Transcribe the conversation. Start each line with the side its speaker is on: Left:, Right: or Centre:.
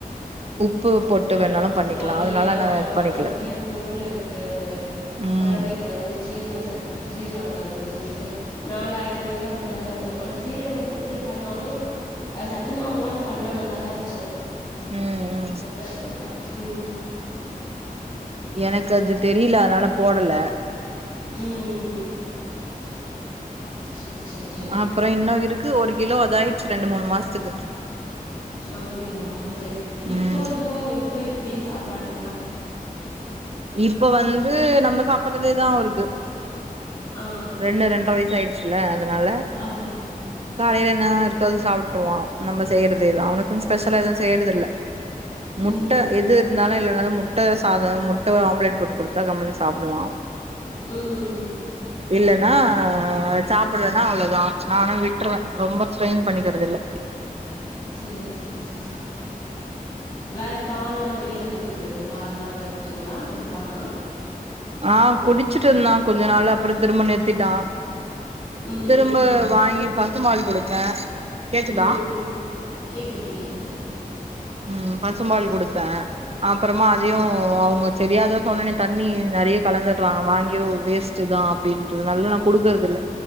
Right: உப்பு போட்டு
Left: ம்
Right: வேணாலு பண்ணிக்கலா
Left: நெறைய
Right: அதனால நா
Left: ஆமா
Right: இது பண்ணிக்கல
Left: நெறைய பொருள் இருக்கு அதுல
Right: ம்
Left: கொழந்தைக்கு வந்து ஜீர்ண ச ஜீர்ண ஆகாதுன் சொல்லிட்டு நாங்க அரைக்கும் போது அப்படிதா பண்ணு ஆனா ஜீரகம் போட்டு பண்ணாலு அ சத்து மாவுல்லா பண்ணா நல்லாதா இருக்கு
Right: ம் ம்
Left: ர போட்டா ம்
Right: எனக்கு அது தெரில அதனால போடல
Left: ம் ம் ம் செரி செரி
Right: அப்புற இன்னு இருக்கு ஒரு கிலோ அதாயிருச்சு ரெண்டு மூணு மாசத்துக்கு
Left: அப்டிங்ளா சரி இப்ப
Right: ம்
Left: எதுவு இப்ப எப்டி சாப்பாடெல்லா
Right: இப்ப வந்து நம்ம சாப்படறதேதா அவருக்கு
Left: ஆ
Right: ரெண்டு ரெண்ற வயசு ஆயிருச்சுல்ல அதனால
Left: ஆமா
Right: காலைல என்னன இருக்கோ அத சாப்ட்ருவோ நம்ம செய்யறதேதா அவுனுக்குன் ஸ்பெஷலா எது செய்யறது இல்ல <inaudible> முட்ட
Left: ம்
Right: எது இருந்தாலு இல்லைனாலு முட்ட சாதம் முட்ட ஆம்லேட் போட்டு குடுத்தா கம்முன் சாப்புடுவா
Left: ம்
Right: இல்ல ன்னா சாப்பிடலன்னா அவ்ளதா நானு விட்ருவே ரொம்ப ஸ்ட்ரெயின் பண்ணிக்கிறது இல்ல எ
Left: சேர் சேர் சேர் வேற பால்லா வெளில குடுக்கறது பால்லா இருக்குங்ளா குடிப்பானா
Right: ஆ குடிச்சிட்ருந்தா கொஞ்ச நாள் அப்புற திரும்ப நிறுத்திட்டா
Left: ம்
Right: திரும்ப
Left: ம்
Right: வாங்கி பசுமால் குடுத்தே கேக்குதா
Left: ம் ம் கேக்குது கேக்குது
Right: ம் பசுமால் குடுத்தே அப்பறமா அதையு அவங்க செரி அதா சொன்னனே தண்ணி நெறைய கலந்தர்றாங்க வாங்கியு வேஸ்ட் தா அப்படின்றதால நா குடுக்குறது இல்ல